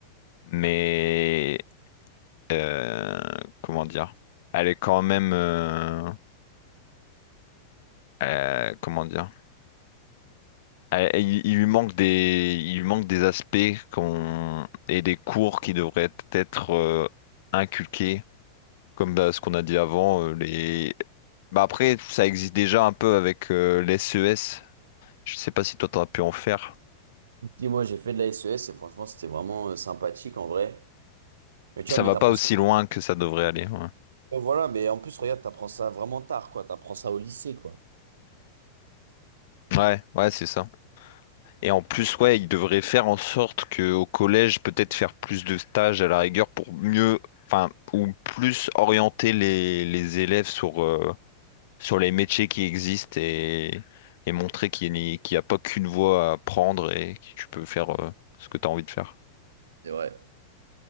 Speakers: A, on the left; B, on the right.
A: mais euh, comment dire, elle est quand même euh, euh, comment dire, elle- elle- il, il lui manque des il lui manque des aspects qu'on et des cours qui devraient être euh, inculqués Comme bah, ce qu'on a dit avant, euh, les... bah, après, ça existe déjà un peu avec euh, les SES. Je sais pas si toi, t'as pu en faire.
B: Dis, moi, j'ai fait de la SES et franchement, c'était vraiment euh, sympathique en vrai. Mais tu vois,
A: Ça
B: mais
A: va
B: t'apprends
A: pas aussi
B: ça.
A: loin que ça devrait aller. Ouais,
B: Oh, Voilà, mais en plus, regarde, t'apprends ça vraiment tard, quoi. T'apprends ça au lycée, quoi.
A: ouais, ouais, c'est ça. Et en plus, ouais, ils devraient faire en sorte qu'au collège, peut-être faire plus de stages à la rigueur pour mieux, enfin, ou plus orienter les, les élèves sur, euh, sur les métiers qui existent et, et montrer qu'il n'y qu'il n'y a pas qu'une voie à prendre et que tu peux faire euh, ce que tu as envie de faire.
B: C'est vrai.